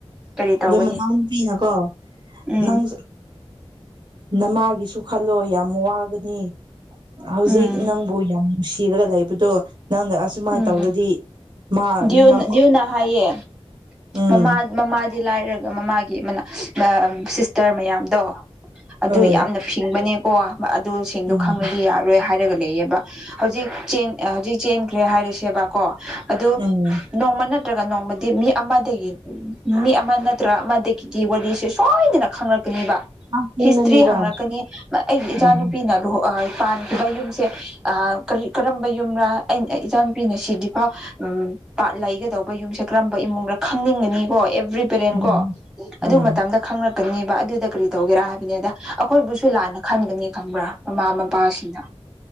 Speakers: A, in the centre; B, on the right (about 45°).
A: ꯀꯔꯤ ꯇꯧꯒꯅꯤ
B: ꯑꯗꯨꯣ ꯃꯅꯥꯎꯅꯨꯄꯤꯅꯀꯣ
A: ꯎꯝ
B: ꯅꯪ ꯅꯃꯥꯒꯤꯁꯨ ꯈꯜꯂꯣ ꯌꯥꯝ ꯋꯥꯒꯅꯤ ꯍꯧꯖꯤꯛ
A: ꯎꯝ
B: ꯅꯪꯕꯨ ꯌꯥꯝ ꯅꯨꯡꯁꯤꯔꯒ ꯂꯩꯕꯗꯣ ꯅꯪꯗ ꯑꯁꯨꯃꯥꯏꯅ
A: ꯎꯝ
B: ꯇꯧꯔꯗꯤ ꯃꯥ
A: ꯗꯤꯌꯨ
B: ꯅꯤꯡꯉꯝ
A: ꯗꯤꯌꯨꯅ ꯍꯥꯏꯌꯦ
B: ꯎꯝ
A: ꯃꯃꯥ ꯃꯃꯥꯗꯤ ꯂꯥꯏꯔꯒ ꯃꯃꯥꯒꯤ ꯃꯅꯥ ꯁꯤꯁꯇꯔ ꯃꯌꯥꯝꯗꯣ ꯑꯗꯨ
B: ꯍꯣꯏ
A: ꯌꯥꯝꯅ ꯐꯤꯡꯕꯅꯦ ꯀꯣ ꯑꯗꯨꯁꯤꯡꯗꯨꯣ
B: ꯎꯝ
A: ꯈꯪꯉꯗꯤ ꯌꯥꯔꯣꯏ ꯍꯥꯏ ꯒ ꯂꯩꯌꯦꯦꯕ ꯍꯧꯖꯤꯛ ꯆꯦꯟ ꯍꯧꯖꯤꯛ ꯆꯦꯟ ꯔꯦ ꯍꯥꯏꯔꯦꯁꯦꯕꯥ ꯀꯣ ꯑꯗꯨ
B: ꯎꯝ
A: ꯅꯣꯡꯃ ꯅꯠꯇ꯭ꯔꯒ ꯅꯣꯡꯃꯗ ꯃꯤ ꯑꯃꯗꯒꯤ ꯃꯤ ꯑꯃ ꯅꯠꯇ꯭ꯔꯒ ꯑꯃꯗꯒꯤꯗꯤ ꯋꯥꯔꯤꯁꯦ ꯁꯣꯏꯗꯅ ꯈꯪꯂꯪꯂꯛ
B: ꯈꯪꯒꯅꯤꯗ
A: ꯍꯤꯁꯇ꯭ꯔꯤ ꯍꯪꯂꯉꯛꯀꯅꯤ ꯑꯩꯒꯤ ꯏꯆꯥꯅꯨꯄꯤꯅ
B: ꯎꯝ
A: ꯂ ꯄꯥꯟꯈꯤꯕ ꯌꯨꯝꯁꯦ ꯀꯔꯤ ꯀꯔꯝꯕ ꯌꯨꯝꯅ ꯑ ꯏꯆꯥꯅꯨꯄꯤꯅ ꯁꯤꯗꯤꯐꯥꯎ ꯄꯥꯠ ꯂꯩꯒꯗꯧꯕ ꯌꯨꯝꯁꯦ ꯀꯔꯝꯕ ꯏꯃꯨꯡꯗ ꯈꯪꯅꯤꯡꯒꯅꯤꯀꯣ ꯑꯦꯕ꯭ꯔꯤ ꯄꯦꯔꯦꯟ
B: ꯎꯝ
A: ꯀꯣ
B: ꯎꯝ
A: ꯑꯗꯨ ꯃꯇꯝꯗ ꯈꯪꯛ ꯀꯛꯀꯅꯤꯕ ꯑꯗꯨꯗ ꯀꯔꯤ ꯇꯧꯒꯦꯔꯥ ꯍꯥꯏꯕꯅꯤꯗ ꯑꯩꯈꯣꯏꯕꯨꯁꯨ ꯂꯥꯟꯅ ꯈꯟꯒꯅꯤ ꯈꯪꯕ꯭ꯔꯥ ꯃꯃꯥ ꯃꯄꯥꯁꯤꯡꯅ